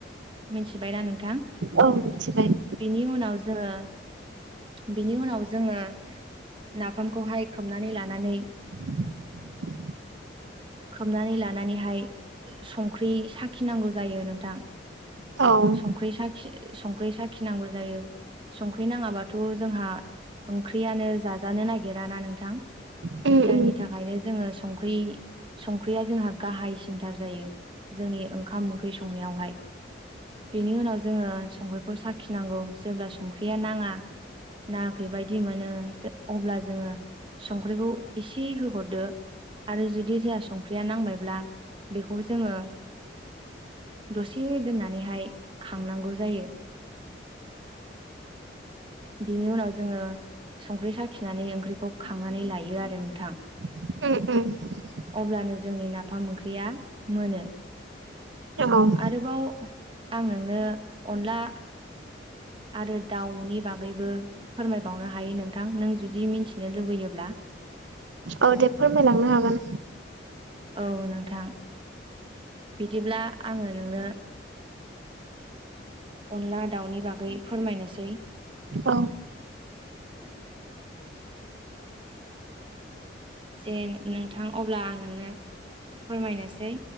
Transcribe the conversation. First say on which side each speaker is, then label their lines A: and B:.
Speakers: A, on the right; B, on the right.
A: मिथिबायनाा नोंथां?
B: औ मिथिबायबाय।
A: बिनि उनाव जोङो। बिनि उनाव जोङो नाफामखौहाय खोबनानै लानानै
B: <inaudible> <unintelligible>
A: खोबनानै लानानैहाय। संख्रि साखिनांगौ जायो नोंथां
B: औ उम
A: संख्रि साखि संख्रि साखिनांगौ जायो संख्रि नाङाबाथ' जोंहा ओंख्रियानो जाजानो नागिरा ना नोंथां।
B: उम
A: जायनि थाखायनो जोङो संख्रि संख्रिया जोंहा गाहायसि सिंथार जायो जोंनि ओंखाम ओंख्रि संनायावहाय। बेनि उनाव जोङो संख्रिखौ साखिनांगौ जेब्ला संख्रिया नाङा नाङाखै बायदि मोनो अब्ला जोङो संख्रिखौ एसे होहरदो आरो जुदि जोंहा संख्रिया नांबायब्ला बेखौ जोङो दसे दोननानैहाय खांनांगौ जायो। बिनि उनाव जोङो संख्रि साखिनानै ओंख्रिखौ खांनानै लायो आरो नोंथां।
B: म म।
A: अब्लानो जोंनि नाफाम ओंख्रिया मोनो
B: उम।
A: आरोबाव आं नोंनो अनला आरो दाउनि बागैबो फोरमायबावनो हायो नोंथां नों जुदि मिथिनो लुबैयोब्ला।
B: औ दे फोरमायलांनो हागोन।
A: औ नोंथां बिदिब्ला आङो नोंनो अनला दाउनि बागै फोरमायनोसै।
B: औ।
A: <unintelligible> <inaudible> जे नोंथां अब्ला आं नोंनो फोरमायनोसै।